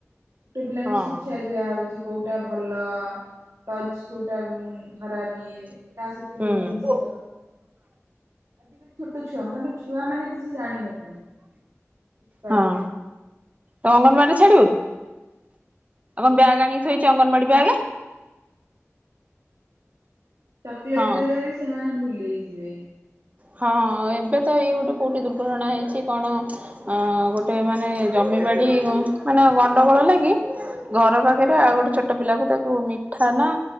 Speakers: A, on the right; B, on the right.
A: ଛୋଟ ପିଲାଙ୍କୁ
B: ହଁ
A: ଶିକ୍ଷା ଦିଆ ହଉଛି କୋଉଟା ଭଲ ଟଚ କୋଉଟା ଖରାପ ଇଏ ତା ସହିତ କେମିତି
B: ହୁଁ
A: ମିଶିବା କଥା କଣ ଆଲି ଛୋଟ ଛୁଆଙ୍କୁ କହ ଛୁଆ ମାନେ କିଛି ଜାଣିନଥାନ୍ତି ବାବୁ।
B: ହଁ। ତ ଅଙ୍ଗନବାଡ଼ି ଛାଡିବୁ କି ଆଉ କଣ ବ୍ୟାଗ୍ ଆଣି ଶୋଇଛି ଅଙ୍ଗନବାଡି ବି ଆଗେ
A: ଚକୋଲେଟ
B: ହଁ
A: ଦେଲେ ବି ସେମାନେ ଭୁଲି ହେଇ ଯିବେ।
B: ହଁ ଏବେ ତ ଏଇ ଗୋଟେ କୋଉଠି ଦୁର୍ଘଟଣା ହେଇଛି କଣ ଅ ଗୋଟେ ମାନେ ଜମିବାଡି ମାନେ ଗ ଳ ଲାଗି
A: ହୁଁ ହୁଁ।
B: ଘର
A: ହୁଁ
B: ପାଖରେ ଆଉ ଗୋଟେ ଛୋଟ ଛୋଟ ପିଲାକୁ ତାକୁ ମିଠା ନା